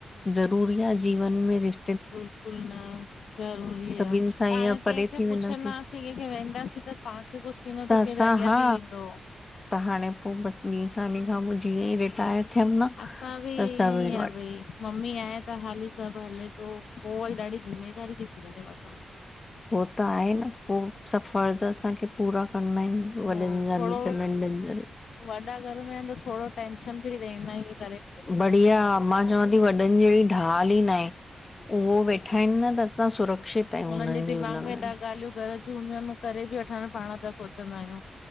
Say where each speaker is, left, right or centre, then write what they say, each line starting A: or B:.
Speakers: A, on the left (about 25°); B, on the left (about 75°).
A: ज़रूरी आ जीवन में रिश
B: बिल्कुलु न ज़रूरी
A: सभिनि
B: आ पाण
A: सां ईअं परे
B: कंहिंखे
A: थी
B: पुछे
A: वेंदासीं
B: न असीं कंहिंखे वेंदासीं त पाणखे कुझु थींदो त केरु
A: असां
B: अॻियां
A: हा
B: बि ईंदो
A: त हाणे पोइ बसि ॿीं साले खां पोइ जीअं ई रिटायर
B: हा
A: थियमि न त
B: असां बि ईअं
A: सभी
B: ई
A: वटि
B: आ भई मम्मी आहे त हाली सभु हले पियो पोइ वरी ॾाढी ज़िमेदारी ती थी वञे मथां।
A: उह त आहे न उह सफर त असांखे पूरा करणा आहिनि। वॾनि
B: ऐं
A: जा
B: थोड़ो
A: भी त नंढनि जा री
B: वॾा घर में आहिनि त थोरो टेंंशन फ्री रहंदा आहिनि हिय।
A: बढ़िया मां चवां थी वॾनि जहिॾी ढाल ई न आहे। उहो वेठा आहिनि न त असां सुरक्षित आहियूं
B: हुननि
A: उन्हनि
B: जे दिमाग़
A: जी हुनमें।
B: में ॾह <unintelligible> करे बि वठण पाण त सोचंदा आहियूं